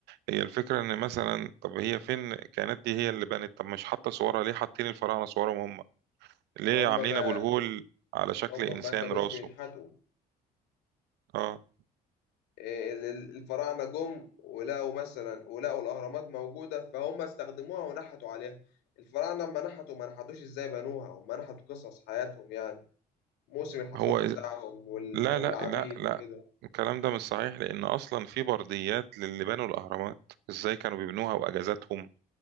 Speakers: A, on the right; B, on the left.
A: هي الفكرة ان مثلا طب هي فين الكائنات دي هي اللي بنت طب مش حاطة صورها ليه حاطين الفراعنة صورهم هم ليه
B: هم
A: عاملين
B: ما
A: ابو الهول على شكل
B: هم
A: انسان
B: ما كانوش
A: راسه
B: بينحتوا
A: اه
B: إيه، ال- ال- الفراعنة جم ولقوا مثلا ولقوا الأهرامات موجودة فهم استخدموها ونحتوا عليها الفراعنة لما نحتوا ما نحتوش ازاي بنوها هم نحتوا قصص حياتهم يعني موسم الحصاد
A: هو
B: بتاعهم
A: إز-
B: وال-
A: لا
B: والعبيد
A: لا لا لا
B: وكده
A: الكلام ده مش صحيح لان اصلا في برديات للي بنوا الاهرامات ازاي كانوا بيبنوها واجازاتهم